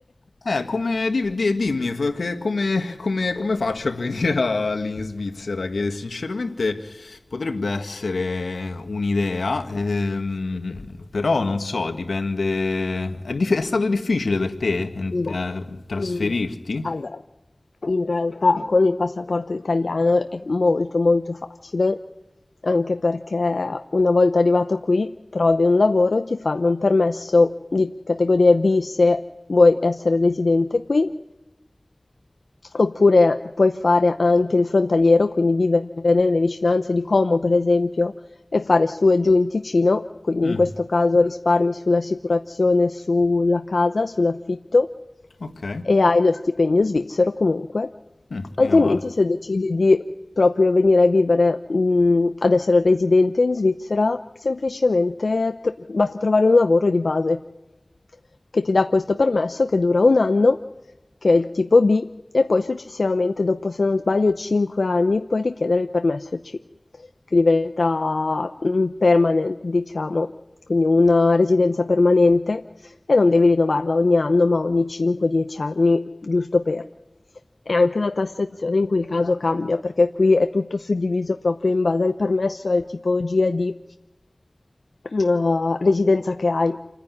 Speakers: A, on the left; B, on the left.
A: Eh, come, di- di- dimmi, perché come, come- come faccio a venire a- lì in Svizzera? Che sinceramente potrebbe essere un'idea, ehm,
B: <laughs>
A: però non so, dipende... È, dif- è stato difficile per te en-
B: Ma,
A: eh, trasferirti?
B: mhmm, allora, in realtà con il passaporto italiano è molto molto facile, anche perché una volta arrivato qui trovi un lavoro, ti fanno un permesso di categoria B se vuoi essere residente qui. Oppure puoi fare anche il frontaliero, quindi vivere nelle vicinanze di Como, per esempio, e fare su e giù in Ticino, quindi
A: Mm,
B: in questo caso risparmi sull'assicurazione sulla casa, sull'affitto
A: ok,
B: e hai lo stipendio svizzero comunque.
A: Mm, mica
B: Altrimenti,
A: male.
B: se decidi di proprio venire a vivere, mh, ad essere residente in Svizzera, semplicemente tr- basta trovare un lavoro di base che ti dà questo permesso che dura un anno che è il tipo B, e poi successivamente dopo, se non sbaglio, 5 anni puoi richiedere il permesso C, che diventa un permanent, diciamo, quindi una residenza permanente e non devi rinnovarla ogni anno, ma ogni 5-10 anni, giusto per. E anche la tassazione in quel caso cambia, perché qui è tutto suddiviso proprio in base al permesso, al tipo GAD eh, residenza che hai.